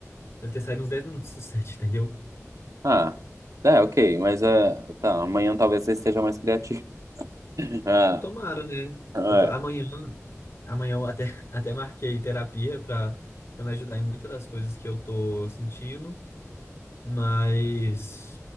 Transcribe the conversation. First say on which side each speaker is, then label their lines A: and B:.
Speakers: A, on the left (about 55°); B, on the right (about 85°).
A: Deve ter saído uns dez minutos do set, entendeu?
B: Ah, é, ok. Mas é, tá, amanhã talvez você esteja mais criativo. <laughs>
A: Eu tomara, né?
B: Ah,
A: Eu tô, amanhã,
B: é.
A: amanhã eu até, <laughs> até marquei terapia pra, pra me ajudar em muitas das coisas que eu tô sentindo, mas.